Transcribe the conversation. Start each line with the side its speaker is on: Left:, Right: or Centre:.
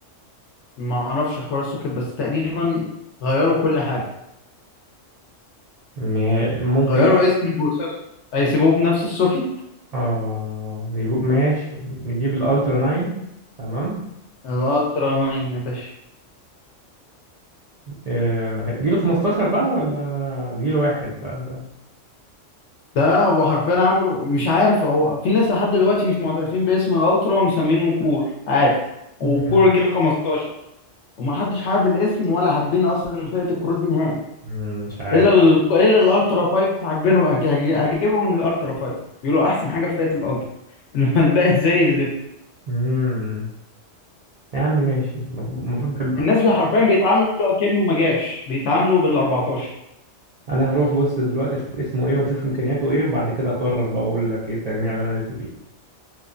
Left: ما اعرفش حوار السوكت بس تقريبا غيروا كل حاجة
Right: ما- ممكن
Left: غيروا اسم البروسيسور هيسيبوه بنفس السوكت
Right: اه نجيب ماشي نجيب الالترا 9 تمام
Left: الالترا مين يا باشا
Right: آه، جيل 15 بقى ولا جيل واحد بقى ده
Left: ده هو حرفيا عملوا مش عارف هو في ناس لحد دلوقتي مش معترفين باسم الالترا ومسمينه كور عادي وكور
Right: مم.
Left: جيل 15 ومحدش حابب الاسم ولا حابين اصلا فئه الكروت دي نهائي
Right: مم، مش عارف
Left: الا ال... الا الالترا 5 عاجبينه هج- هج- هجيبهم من الالترا 5 بيقولوا احسن حاجه في فئه الالترا <laughs> انما الباقي زي الزفت
Right: مم. يا عم ماشي المفروض المفروض
Left: الناس حرفيا بيتعاملوا كأنه ما جاش بيتعاملوا بال 14
Right: انا هروح بص دلوقتي اشوف اسمه ايه واشوف امكانياته ايه وبعد كده اقرر بقى اقول لك ايه التجميع اللي انا نفسي فيه